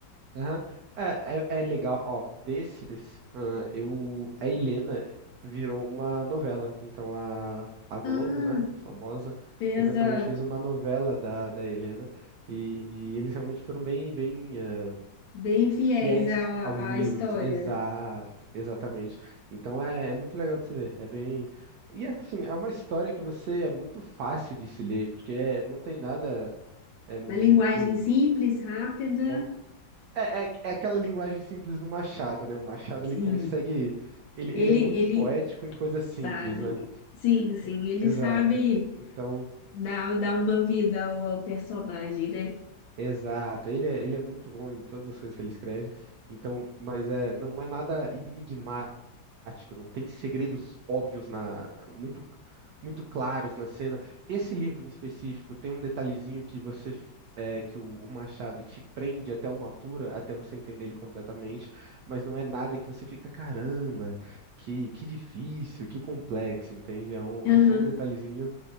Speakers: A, on the right; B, on the left.
A: Aham. É, é, é legal, ó, desses, ah, eu, a Helena virou uma novela, então a, a Globo,
B: Ah,
A: né, famosa,
B: pesa
A: eventualmente fez uma novela da, da Helena, e, e eles realmente foram bem, bem, ah,
B: bem fiéis
A: fiéis
B: à,
A: aos livros,
B: à história.
A: exato, exatamente, então é, é muito legal de se ver, é bem, e assim, é uma história que você, é muito fácil de se ler, porque é- não tem nada, é muito...
B: Uma linguagem simples, rápida.
A: é é, é, é aquela linguagem simples do Machado, né? O Machado
B: Sim,
A: ele consegue. Ele,
B: ele,
A: ele é muito
B: ele
A: poético em coisas
B: sabe.
A: simples, né?
B: Sim, sim, ele
A: Exato.
B: sabe.
A: Então,
B: Dá, dá uma vida ao, ao personagem, né?
A: exato. Ele é, ele é muito bom em todas as coisas que ele escreve. Então, mas é, não é nada enigmático. prático, não tem segredos óbvios na muito muito claros na cena. Esse livro em específico tem um detalhezinho que você é, que o, o Machado te prende até uma altura, até você entender ele completamente, mas não é nada que você fica, caramba, que, que difícil, que complexo, entende? É, um, é
B: Aham.
A: só um detalhezinho